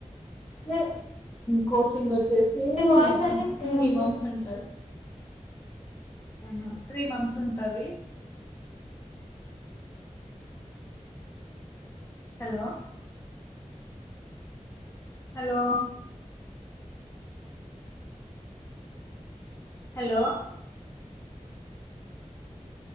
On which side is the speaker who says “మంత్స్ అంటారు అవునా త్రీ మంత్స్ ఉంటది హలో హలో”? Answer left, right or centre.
Left